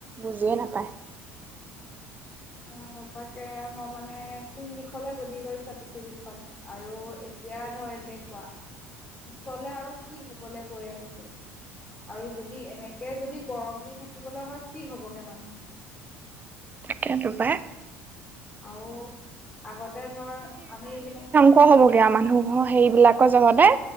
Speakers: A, on the right; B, on the left.
A: বুজিয়ে নাপায়।
B: অঁ সচাকে মই মানে- নে কোন দিশলে গতি কৰিছে পৃথিৱীখন, আৰু এতিয়া ধৰ এনেকুৱা- পিছলে আৰু কি হবলে গৈ আছে। আৰু যদি এনেকে যদি গৰম দি থাকিবলৈ হয় কি হ'বগে মানুহ-
A: তাকেটো পাই।
B: আৰু আগতে ধৰ আমি এইবিলাক-
A: খ হ'বগে আও মানুহ সেইবিলাকৰ জহতে-